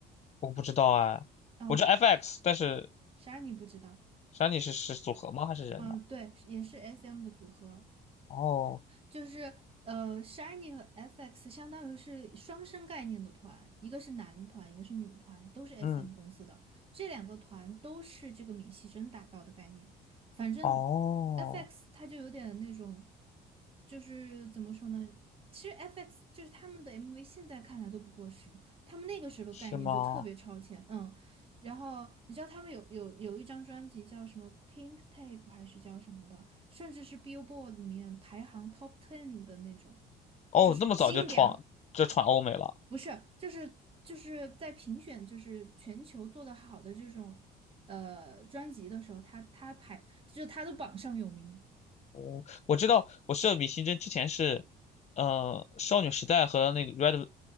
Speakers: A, on the left (about 40°); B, on the right (about 35°).
A: 我不知道哎，
B: 嗯
A: 我知道 FX，但是
B: ，Shiny 不知道，
A: 山里是是组合吗？还是人呢？
B: 嗯，对，也是 SM 的组合，
A: 哦，
B: 就是呃，Shiny 和 FX 相当于是双生概念的团，一个是男团，一个是女团，都是 SM
A: 嗯，
B: 公司的。这两个团都是这个闵熙珍打造的概念。反正
A: 哦，
B: FX 它就有点那种，就是怎么说呢？其实 FX 就是他们的 MV，现在看来都不过时，他们那个时候的概念就特别超前，
A: 是吗？
B: 嗯。然后你知道他们有有有一张专辑叫什么《Pink Tape》还是叫什么的？甚至是 Billboard 里面排行 Top Ten 的那种，
A: 哦，
B: 就是精良，
A: 那么早就闯就闯欧美了。
B: 不是，就是就是在评选就是全球做的好的这种呃专辑的时候，他他排就是他的榜上有名。
A: 我我知道，我知道米星针之前是，呃，少女时代和那个 Red